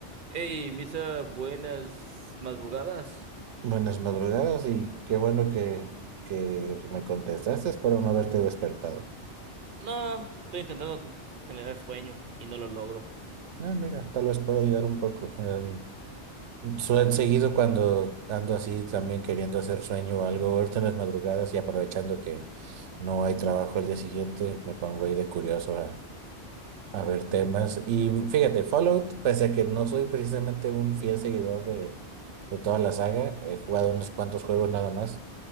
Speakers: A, on the right (about 50°); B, on the right (about 80°).
A: Hey, Misa, buenas madrugadas.
B: Buenas madrugadas y qué bueno que, que me contestaste. Espero no haberte despertado.
A: No, estoy intentando generar sueño y no lo logro.
B: Ah, mira, tal vez pueda ayudar un poco. En- sue- seguido cuando ando así también queriendo hacer sueño o algo, ahorita en las madrugadas y aprovechando que no hay trabajo el día siguiente, me pongo ahí de curioso A ver, temas. Y fíjate, Fallout, pese a que no soy precisamente un fiel seguidor de, de toda la saga, he jugado unos cuantos juegos nada más,